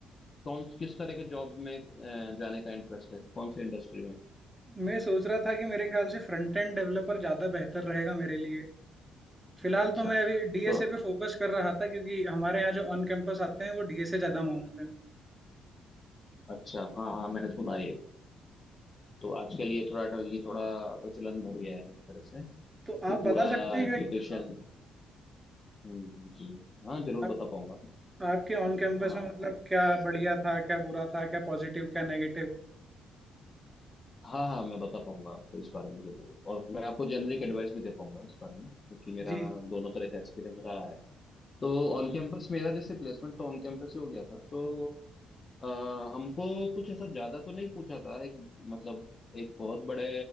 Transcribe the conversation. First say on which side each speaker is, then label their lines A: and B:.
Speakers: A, on the left (about 35°); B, on the right (about 15°).
A: कौन किस तरह के जॉब में अ, जाने का इंटरेस्ट है कौन से इंडस्ट्री में
B: मैं सोच रहा था कि मेरे ख्याल से फ्रंट एंड डेवलपर ज्यादा बेहतर रहेगा मेरे लिए फिलहाल
A: अच्छा
B: तो मैं अभी डीएसए
A: तो
B: पे फोकस कर रहा था क्योंकि हमारे यहाँ जो ऑन कैंपस आते हैं वो डीएसए ज्यादा मांगते हैं
A: अच्छा हाँ हाँ मैंने सुना ये तो आजकल ये थोड़ा ये थोड़ा प्रचलन बढ़ गया है इस तरह से
B: तो
A: ये
B: आप
A: पूरा
B: बता सकते हैं
A: एप्लीकेशन
B: क्या क्या-
A: हम्म, जी हाँ जरूर
B: आप
A: बता पाऊंगा
B: आपके ऑन कैंपस
A: हाँ
B: में मतलब क्या बढ़िया था क्या बुरा था क्या पॉजिटिव क्या नेगेटिव
A: हाँ हाँ मैं बता पाऊंगा आपको इस बारे में जरूर और मैं आपको जेनरिक एडवाइस भी दे पाऊंगा इस बारे में क्योंकि मेरा
B: जी
A: दोनों तरह का एक्सपीरियंस रहा है तो ऑन कैंपस मेरा जैसे प्लेसमेंट तो ऑन कैंपस ही हो गया था तो अ, हमको कुछ ऐसा ज्यादा तो नहीं पूछा था एक मतलब एक बहुत बड़े